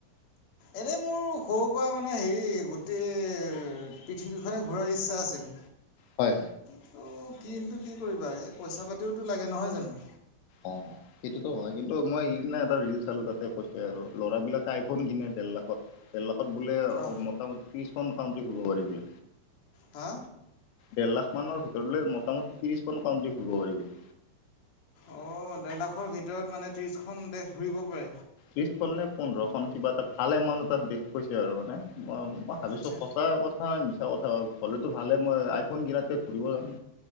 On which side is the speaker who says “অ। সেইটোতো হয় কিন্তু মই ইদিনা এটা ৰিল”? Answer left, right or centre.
Left